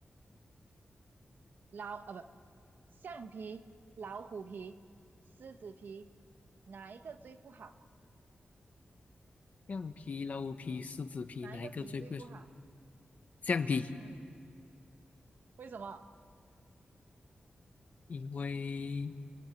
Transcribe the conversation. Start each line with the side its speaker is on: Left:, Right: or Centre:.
Right: 老啊不，橡皮、老虎皮、狮子皮，哪一个最不好？
Left: 橡皮、老虎皮、狮子皮，
Right: 哪一个皮最不好？
Left: 哪一个最贵？橡皮，
Right: 嗯，为什么？
Left: 因为